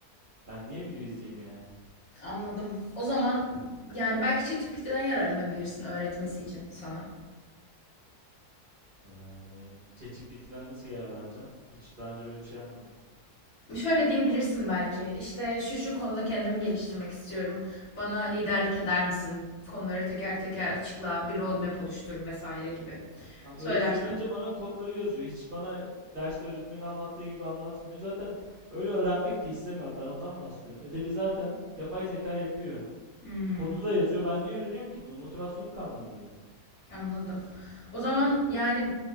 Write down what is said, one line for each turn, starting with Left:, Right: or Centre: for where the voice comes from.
Right: Ben niye video izleyeyim ya?
Left: anladım. O zaman yani belki ChatGPT'den yararlanabilirsin öğretmesi için sana.
Right: Yani ChatGPT'den nasıl yararlanacağım? Hiç daha önce böyle bir şey yapmadım.
Left: Şöyle diyebilirsin belki. işte şu şu konuda kendimi geliştirmek istiyorum. Bana liderlik eder misin? Konuları teker teker açıkla, bir roadmap oluştur vesaire gibi.
Right: Hem
Left: Söylersen.
Right: öyle söyleyince bana kodları yazıyor. Hiç bana ders öğretmenin anlattığı gibi anlatmıyor. Zaten öyle öğrenmek de istemiyorum. Ben ondan bahsediyorum. Ödevi zaten yapay zeka yapıyor.
Left: Hmm,
Right: Kodu da yazıyor. Ben niye öğreniyorum ki bunu? Motivasyonum kalmadı benim.
Left: anladım. O zaman yani